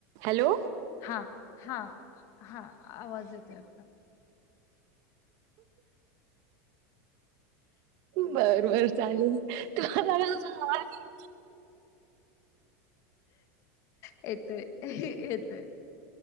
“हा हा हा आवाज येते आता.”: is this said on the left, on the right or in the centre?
Left